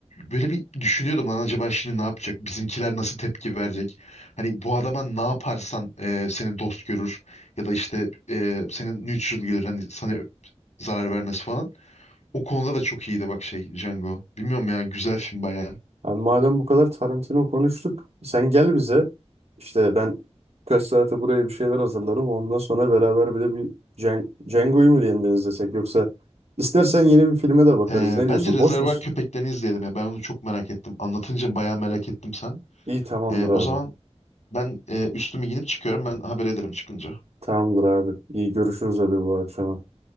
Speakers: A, on the left (about 80°); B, on the right (about 65°).
A: böyle bir düşünüyordum lan acaba şimdi ne yapacak? Bizimkiler nasıl tepki verecek? Hani bu adama ne yaparsan e, seni dost görür ya da işte e, seni neutral görür. Hani sana zarar vermesi falan. O konuda da çok iyiydi bak şey Django. Bilmiyorum ya güzel film bayağı.
B: Abi madem bu kadar Tarantino konuştuk, sen gel bize. İşte ben kaç saate buraya bir şeyler hazırlarım. Ondan sonra beraber bir de bir Cen Django'yu mu yeniden izlesek yoksa istersen yeni bir filme de bakarız.
A: Ee,
B: Ne
A: bence
B: diyorsun?
A: Rezervuar
B: Boş musun?
A: Köpeklerini izleyelim ya. Ben onu çok merak ettim. Anlatınca bayağı merak ettim sen.
B: İyi tamamdır
A: Ee,
B: abi.
A: o zaman ben e, üstümü giyinip çıkıyorum. Ben haber ederim çıkınca.
B: Tamamdır abi. İyi görüşürüz abi bu akşama.